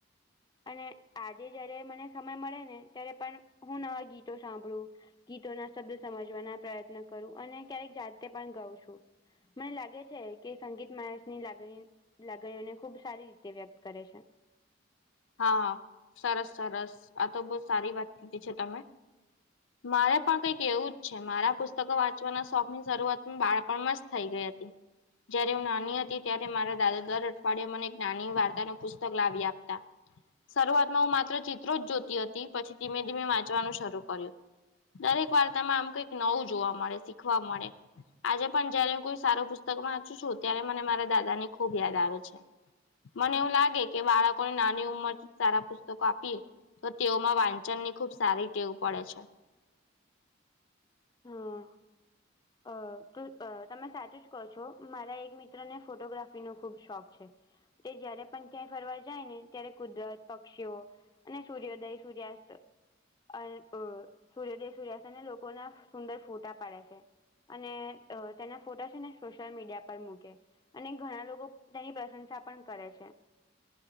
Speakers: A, on the left; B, on the left.
A: અને આજે જયારે મને સમય મળે ને ત્યારે પણ હું નવા ગીતો સાંભળું ગીતો ના શબ્દ સમજવાના પ્રયત્ન કરું અને ક્યારેક જાતે પણ ગાઉં છું. મને લાગે છે, કે સંગીતમાં ની લાગણી લાગણીઓને ખુબ સારી રીતે વ્યક્ત કરે છે.
B: હા સરસ સરસ આ તો બહુ સારી વાત કીધી છે તમે.
A: <unintelligible>
B: મારે પણ કઈક એવું જ છે મારા પુસ્તકો વાંચવાના શોખ ની શરૂઆત બાળપણમાં જ થઈ ગઈ હતી. જયારે હું નાની હતી ત્યારે મારા દાદા દર અઠવાડિયે મને એક નાની વાર્તા નુ પુસ્તક લાવી આપતાં. શરૂઆતમાં હું માત્ર ચિત્રો જ જોતી હતી પછી ધીમે ધીમે વાંચવાનું શરૂ કર્યું. દરેક વાર્તામાં આમ કઈક નવું જોવા મળે શીખવા મળે. આજે પણ જયારે હું કોઈ સારું પુસ્તક વાંચું છું ત્યારે મને મારા દાદા ને ખુબ યાદ આવે છે. મને એવું લાગે કે બાળકોને નાની ઉંમર થી સારા પુસ્તકો આપીએ તો તેઓમાં વાંચન ની ખુબ સારી ટેવું પડે છે.
A: હમ. અ તમે સાચું જ કહો છો મારા એક મિત્ર ને ફોટોગ્રાફીનોો ખૂબ શોખ છે. તે જયારે પણ ક્યાંય ફરવા જાય ને ત્યારે કુદરત પક્ષીઓ અને સૂર્યોદય સૂર્યાસ્ત અ સૂર્યોદય સૂર્યાસ્ત અને લોકોના સુંદર ફોટા પાડે છે અને તેના ફોટા છે ને સોશિયલ મીડિયા પર મૂકે અને ઘણા લોકો તેની પ્રશંસા પણ કરે છે.